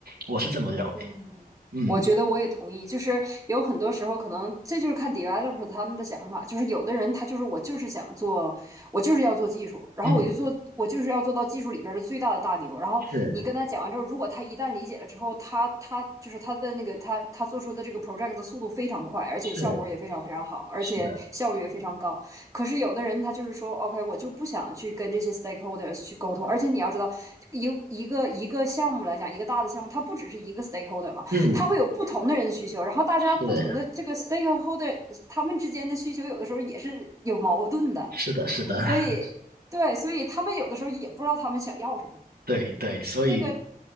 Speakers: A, on the right; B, on the right.
A: 我是这么认为。
B: 嗯，
A: 嗯
B: 我觉得我也同意，就是有很多时候可能这就是看 developer 他们的想法，就是有的人他就是我就是想做，我就是要做技术，然后我就做，
A: 嗯，
B: 我就是要做到技术里边的最大的大牛。然后你跟他讲完之后，
A: 是
B: 如果他一旦理解了之后，他他就是他的那个他他做出的这个 project 的速度非常快，而且效果也非常非常好，
A: 是
B: 而且效率也非常高。
A: 是的，
B: 可是有的人他就是说，OK，我就不想去跟这些 stakeholders 去沟通，而且你要知道，一一个一个项目来讲，一个大的项目，它不只是一个 stakeholder 嘛，
A: 嗯
B: 它会有不同的人需求，然后大家不同的这个
A: 是
B: stakeholder 他们之间的需求有的时候也是有矛盾的，
A: 是的是的，
B: 所以对，
A: <laughs>
B: 所以他们有的时候也不知道他们想要什么。
A: 对对，所以。
B: 这个，